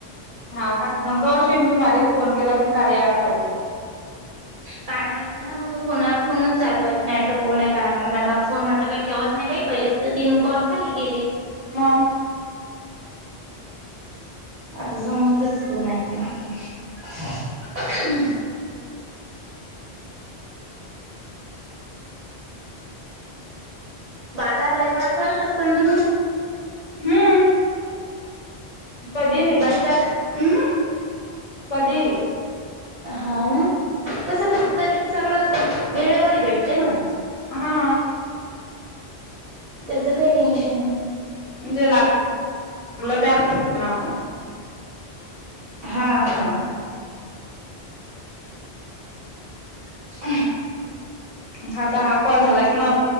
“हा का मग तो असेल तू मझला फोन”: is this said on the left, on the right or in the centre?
Left